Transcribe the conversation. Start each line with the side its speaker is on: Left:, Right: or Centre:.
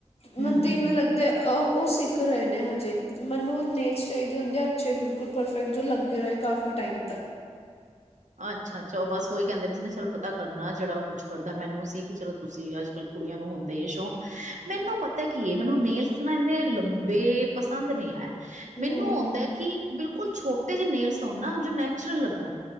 Left: ਮੈਨੂੰ
Right: ਹਮ
Left: ਤੇ
Right: ਹਮ
Left: ਇਵੇਂ ਲੱਗਦਾ ਅ ਉਹ ਸਿੱਖ ਰਹੇ ਨੇ ਹਜੇ, ਮੈਨੂੰ ਨੇਲਸ ਚਾਹੀਦੀ ਹੁੰਦੀ ਅੱਛੇ, ਬਿਲਕੁਲ ਪਰਫੈਕਟ ਜੋ ਲੱਗੇ ਰਹੇ ਕਾਫੀ ਟਾਈਮ ਤਕ
Right: ਅੱਛਾ -ਅੱਛਾ ਉਹ ਬਸ ਉਹੀ ਕਹਿੰਦੇ ਵੀ ਸੀ ਨਾ ਚਲੋ ਪਤਾ ਕਰਨਾ ਜਿਹੜਾ ਉਹ ਕੁਛ ਕਰਦਾ ਮੈਨੂੰ ਸੀ ਕਿ ਚਲੋ ਤੁਸੀਂ ਅੱਜ ਅਜ-ਕਲ ਕੁੜੀਆਂ ਨੂੰ ਹੁੰਦਾ ਹੀ ਏ ਸ਼ੌਕ। ਮੈਨੂੰ
Left: ਹੂੰ
Right: ਪਤਾ ਕੀ, ਮੈਨੂੰ ਨੇਲਸ ਨਾ, ਇੰਨੇ ਲੰਬੇ ਪਸੰਦ ਨਹੀਂ ਆ
Left: ਹੂੰ
Right: ਮੈਨੂੰ ਆਉਂਦਾ ਹੈ ਕਿ, ਬਿਲਕੁਲ ਛੋਟੇ ਜਿਹੇ ਨੇਲਸ ਹੋਣ ਨਾ, ਜੋ ਨੈਚੁਰਲ ਲੱਗਣ